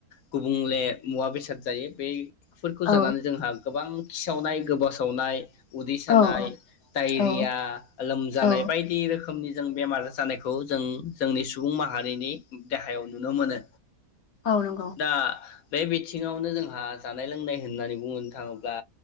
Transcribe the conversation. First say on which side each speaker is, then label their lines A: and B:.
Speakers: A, on the left (about 70°); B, on the left (about 55°).
A: गुबुंले मुवा बेसाद जायो, बै फोरखौ
B: औ
A: जानानै जोंहा गोबां खिसावनाय, गोबा उदै सानाय,
B: औ
A: डायरिया
B: औ
A: लोमजानाय
B: औ
A: बायदि रोखोम नि जों बेमार जानायखौ जों जोंनि सुबुं माहारिनि देहायाव नुनो मोनो।
B: औ नंगौ
A: दा बे बिथिङावनो जोंहा जानाय लोंनाय होननानै बुंनो थाङोब्ला